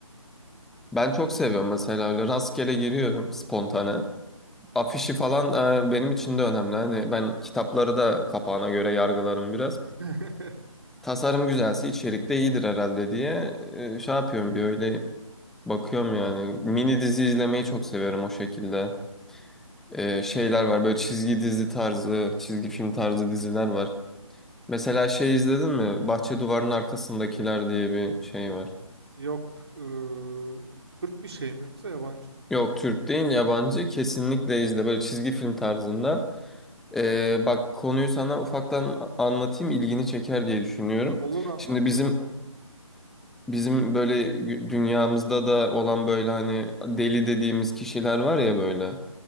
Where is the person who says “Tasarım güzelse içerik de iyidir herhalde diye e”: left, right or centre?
Centre